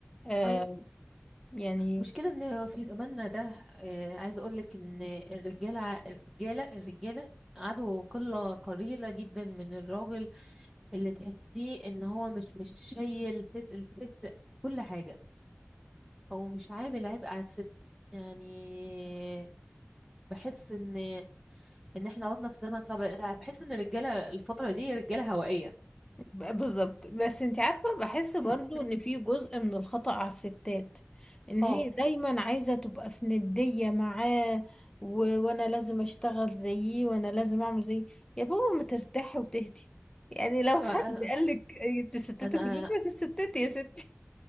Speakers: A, on the left; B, in the centre.
A: آه
B: اي
A: يعني
B: مشكلة ان في زماننا ده آه، عايزة اقولك ان الرجالة الرجالة الرجالة عدو قلة قليلة جدا من الراجل اللي تحسيه ان هو مش مش شايل ست الست كل حاجة او مش عامل عبء على الست يعني بحس ان ان احنا عدنا في زمن صعب بحس ان الرجالة الفترة دي رجالة هوائية
A: بالظبط بس انت عارفة بحس برضو
B: <laughs>
A: ان في جزء من الخطأ على الستات ان
B: اه
A: هي دايما عايزة تبقى في ندية معاه و... وانا لازم اشتغل زيه وانا لازم اعمل زيه يا بابا ما ترتاحي وتهدي يعني لو
B: أنا
A: حد قالك تستتك
B: أنا-
A: في البيت ما تستتي يا ستي